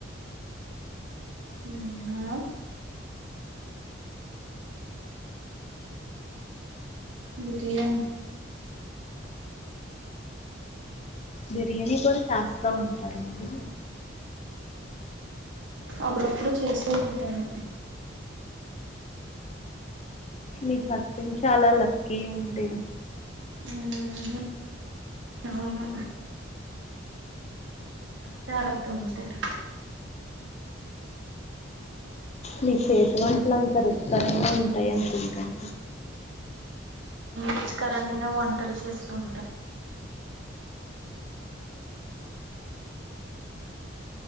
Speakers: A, on the right; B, on the left.
A: నేనా బిర్యానీ
B: బిర్యానీ కూడా చేస్తా ఉంటారండి
A: అప్పుడప్పుడు చేస్తూ ఉంటాను
B: మీ హస్బెండ్ చాలా లక్కీ అండి
A: మ్మ్ అవును చాల తంటరు
B: నీ చేటు వంటలు అంతా రుచికరంగా ఉంటాయి అనుకుంటాను
A: రుచికరంగాైన వంటలు చేస్తంటాారు